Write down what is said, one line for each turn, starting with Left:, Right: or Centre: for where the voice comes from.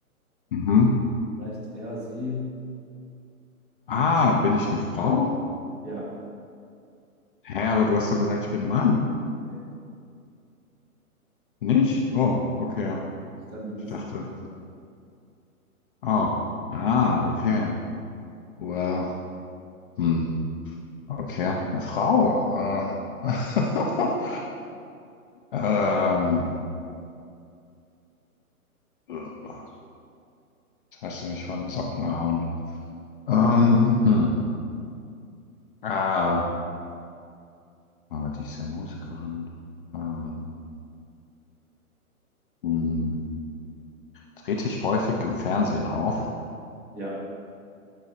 Left: Mhm.
Right: Vielleicht er, sie.
Left: Ah, bin ich eine Frau?
Right: Ja.
Left: Hä, aber du hast doch gesagt, ich bin ein Mann.
Right: Nee.
Left: Nicht? Oh, okay.
Right: Ist Dann du bist.
Left: Ich dachte.
Right: kein Mann.
Left: Oh. Ah, okay. Well. Hm. Okay. Eine Frau. Äh. <laughs> ähm. Jetzt hast du mich von den Socken gehauen. Ähm. Hm. Ah. Aber die ist ja Musikerin. Ähm. Hm. Trete ich häufig im Fernsehen auf?
Right: Ja.